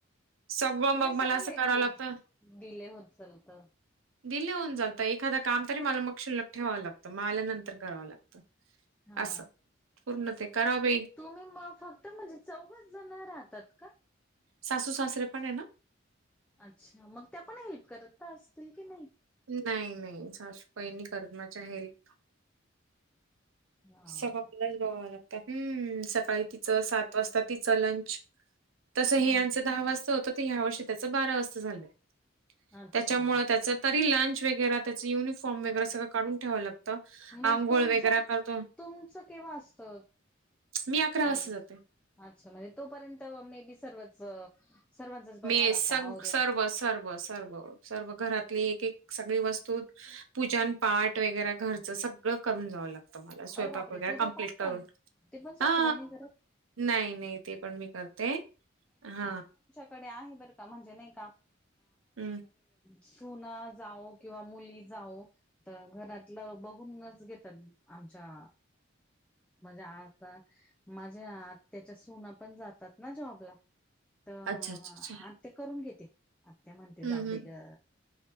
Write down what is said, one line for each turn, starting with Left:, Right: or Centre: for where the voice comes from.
Right: सगळं
Centre: पुढे
Right: मग
Centre: सगळं
Right: मला असं
Centre: लेट
Right: करावं
Centre: लेट
Right: लागत.
Centre: डिले होत चालत
Right: डीले होऊन जातं एखाद काम तरी मला मग शिल्लक ठेवावं लागतं मग आल्यानंतर करावं लागत.
Centre: हा
Right: असं पूर्ण ते करावे.
Centre: तुम्ही म फक्त म्हणजे चौघच जण राहतात का?
Right: सासू सासरे पण आहे ना?
Centre: अच्छा मग त्या पण हेल्प करत असतील की नाही?
Right: नाही नाही सासूबाई काही नाही करत माझ्या हेल्प.
Centre: हा
Right: सका आपलाच बघवं लागतात हम्म सकाळी तिचं सात वाजता तिचं लंच. तस हे
Centre: हम्म
Right: यांचं दहा वाजता होत तर ह्या वर्षी त्याचं बारा वाजता झालंय
Centre: अच्छा
Right: त्याच्यामुळ त्याच. तरी लंच वगैरे, त्याच युनिफॉर्म वगैरे सगळं काढून ठेवावं लागतं
Centre: मग
Right: आंघोळ
Centre: तुमचं
Right: वगैरे करतो.
Centre: तुमचं केव्हा असत
Right: मी अकरा
Centre: कॉलेज?
Right: वाजता जाते.
Centre: अच्छा म्हणजे तोपर्यंत मे बी सर्वच. सर्वांचच बघावं
Right: मे
Centre: लागतं
Right: सग
Centre: आवरून
Right: सर्व सर्व सर्व सर्व घरातली एक एक सगळी वस्तू. पूजन पाठ वगैरे घरचं सगळं करून जावं लागत मला स्वयंपाक
Centre: अरे बापरे
Right: वगैरे
Centre: पूजा
Right: कमप्लीट
Centre: पाठ
Right: करून
Centre: पण ते पण सासूबाई
Right: हा.
Centre: नाही करत
Right: नाही नाही ते पण मी करते हा.
Centre: कडे आहे बरं का म्हणजे नाही का.
Right: हम्म.
Centre: सुना जाऊ किंवा मुली जाऊ तर घरातलं बघूनच घेतात. आमच्या. म्हणजे आता माझ्या आ त्याच्या सुना पण जातात ना जॉबला तर
Right: अच्छा अच्छा अच्छा.
Centre: आत्या करून घेते आत्या म्हणते
Right: हम्म
Centre: जाऊ
Right: हम्म.
Centre: दे ग.